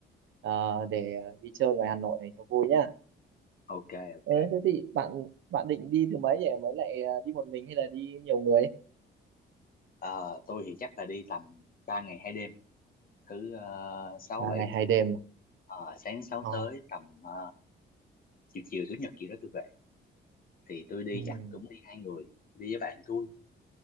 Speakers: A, on the right; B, on the left.
A: ờ, để đi chơi ngoài Hà Nội này cho vui nhá.
B: Ok ok.
A: Ừ, thế thì bạn bạn định đi thứ mấy nhỉ? Mới lại ờ, đi một mình hay là đi nhiều người?
B: Ờ, tôi thì chắc là đi tầm 3 ngày hai đêm, thứ ờ, sáu
A: Ba
B: bảy
A: ngày hai đêm. à?
B: Ờ, sáng sáu
A: Ờ,
B: tới tầm ờ, chiều chiều chủ nhật gì đó tôi về thì tôi đi
A: ừ,
B: chắc cũng đi hai người, đi với bạn tôi.